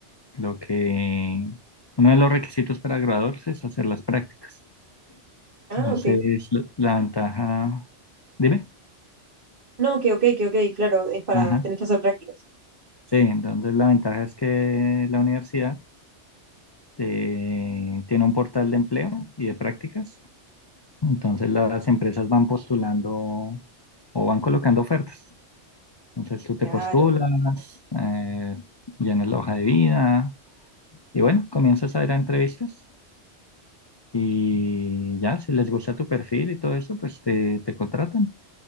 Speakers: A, on the left; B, on the right.
A: lo que uno de los requisitos para graduarse es hacer las prácticas.
B: Ah,
A: Entonces,
B: ok.
A: la la ventaja, dime,
B: No, que ok, que ok, claro, es para,
A: ajá.
B: tenés que hacer prácticas.
A: Sí, entonces la ventaja es que la universidad eh, tiene un portal de empleo y de prácticas. Entonces las empresas van postulando o van colocando ofertas. Entonces tú te
B: Claro.
A: postulas, eh, llenas la hoja de vida, Y bueno, comienzas a ir a entrevistas y ya, si les gusta tu perfil y todo eso, pues te, te contratan.